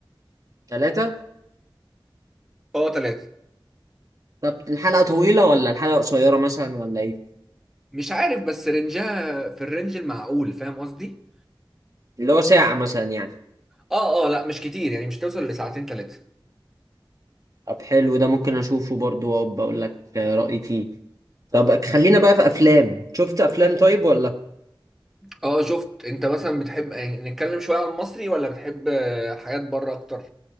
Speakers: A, on the right; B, in the centre.
A: ثلاثة؟
B: اه ثلاثة
A: طب الحلقة طويلة ولا الحلقة قصيرة مثلا ولا إيه؟
B: مش عارف بس رنجها في الرنج المعقول فاهم قصدي
A: اللي هو ساعة مثلا يعني
B: اه اه لا مش كتير يعني مش توصل لساعتين ثلاثة
A: طب حلو ده ممكن أشوفه برضه وأبقى أقول لك آه، رأيي فيه طب خلينا بقى في أفلام شفت أفلام طيب ولا؟
B: اه شفت انت مثلا بتحب يعني نتكلم شوية عن المصري ولا بتحب آه، حاجات بره اكتر